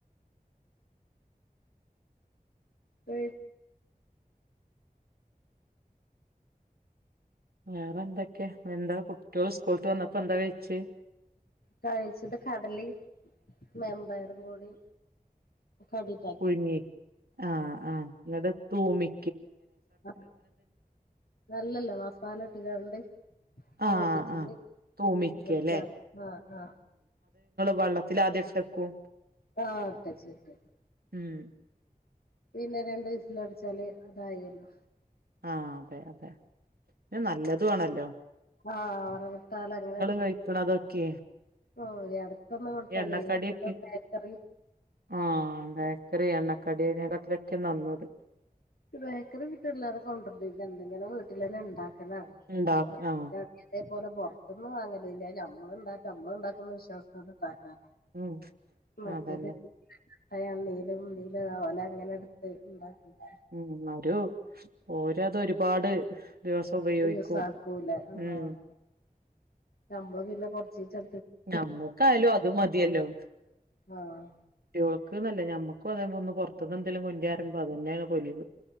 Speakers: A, on the left; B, on the right.
A: പ
B: വേറെ എന്തൊക്കെ എന്താ കുട്ട്യോള് സ്കൂള് വിട്ട് വന്നപ്പോ എന്താ കഴിച്ചെ
A: കഴിച്ചത് കടല വൻപയർ കൂടി കടിണ്ടാക്കി
B: പുഴുങ്ങി ആഹ് ആ ഇങ്ങട് തൂമി
A: ആ നല്ലല്ലേ മസാല ഇട്ട കണ്ട് തൂപ്പിച്ചല്ക്ക
B: ആഹ് ആഹ് തൂമിക്കല്ലേ
A: ആ ആ
B: വെള്ളത്തി ആദ്യക്ഷക്കും
A: ആട്ട ചേട്ട്
B: ഉം
A: പിന്നെ രണ്ടു ദിവസ തുടച്ചാല് അതായല്ലോ
B: ആ അതെ അതെ നല്ലതു വേണല്ലോ
A: ആ വറ വിട്ടാല അങ്ങനെ
B: കഴിക്കണതൊക്കെ
A: ഓ ഇടക്കൊന്നും കൊടുത്താലേ
B: ഈ എണ്ണക്കടിയൊക്കെ
A: ബേക്കറി <inaudible>
B: ആഹ് ബേക്കറി എണ്ണക്കടിനെക്കാട്ടിലൊക്കെ നന്നത്
A: ബേക്കറി വീട്ടാതെ കൊണ്ടിണ്ട് എന്തെങ്ങനെ വീട്ടിലന്നെ ഉണ്ടാക്ക എനാണ്
B: ഉണ്ടാക്ക ആഹ്
A: ഞാൻ ഇതേ പോലെ പൊറത്ത് പുറത്തുന്ന് വാങ്ങലില്ല നമ്മള ഉണ്ടാക്ക നമ്മള ഉണ്ടാക്കുന്ന വിശ്വാസോ
B: ഉം
A: മറ്റേത്
B: അതന്നെ
A: അല്ലെങ്കിലും നീല പോല അങ്ങനെ എടുത്ത് ഉണ്ടാക്കിത
B: ഉം അവരു പോരാത് ഒരുപാട് ദിവസം ഉപയോഗിക്കും
A: ദിവസകുലേ ആഹ്
B: ഉം
A: നമ്മള് പിന്നെ കൊറചിച്ചേ
B: നമ്മുക്കായാലും അത് മതിയല്ലോ കുട്ടിയോൾ
A: ആഹ്
B: നിങ്ങക്ക് ന്നാല്ല ഞമ്മക്കും അത്പോലെ പുറത്തുന്നു എന്തെങ്കിലും കൊണ്ട് വരുമ്പോ അത് തന്നെയാ പൊലിവ്